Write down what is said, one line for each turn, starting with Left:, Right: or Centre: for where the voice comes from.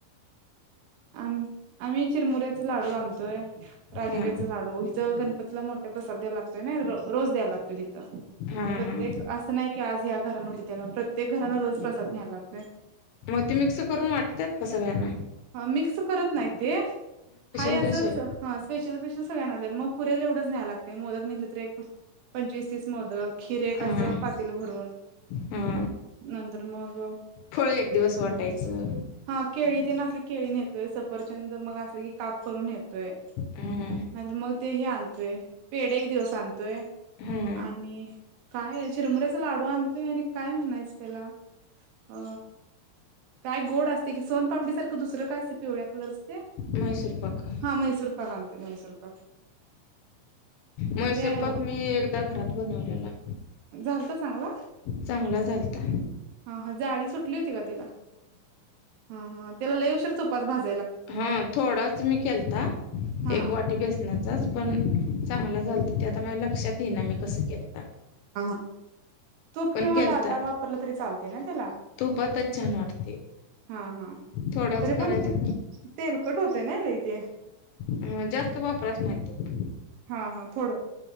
Right: आम आम्ही चिरमुऱ्याचे लाडू आणतोय राजग्याचा
Left: हा
Right: लाडू इिथं गणपतीला मोठ्या प स्या लागतव ना रोज दे लातते प्रत्येक
Left: हा हा
Right: असं नाही की आज ह्या घरा न होती त्या प्रत्येक घरां रोज प्रसाद न्यायला लागतो
Left: मग ते मिक्स करून वाटतेात कसगयाना
Right: मिक्स करत नाही हा
Left: स्पेशल
Right: अस स्पेशल स्पेशल सगळ्यांना मग पुरेला एवढच न्यायला लागत मोदक निेहिलं तर एक पंचवीस तीस मोदक खिरेक असं
Left: हा
Right: पातील भरून
Left: हा
Right: नंतर मग
Left: फळ एक दिवस वाटायचं
Right: हा केळी ते नसली केळी नेतोय सफरचंद मग असले की काप करून नेतोय
Left: हा
Right: नाहींतर मग तेही आणतोय पेड एक दिवस आणतोय
Left: हा
Right: आणि काय चिरमुऱ्याचा लाडू आणतोय आणि काय म्हणायचं त्याला अ काय गोड असते कि सोनपापडी सारखं दुसरं काय असत पिवळ्या कलर
Left: मैसूर पाक
Right: हा मैसूर पाक आणते मैसूर पाक
Left: म्हैसूर
Right: ते एवढं
Left: पाक मी एकदा घरात बनवलेला
Right: झालत चांगला
Left: चांगला चालता
Right: हो
Left: हा थोडाच मी केलता
Right: हा
Left: एक वाटी बेसण्याचाच पण चांगला झाल ते आता माझ लक्षात येना मी कसं केता
Right: ह तूप किंवा
Left: केलता
Right: डालदा वापरलं तरी चालते ना ला
Left: तुपातच छान वाटते
Right: हा हा
Left: थोडाच
Right: तरी
Left: करायचा
Right: पण ते तेल कटवते ना ल इथ
Left: हा जास्त वापराच नाही त
Right: हा हा थोडं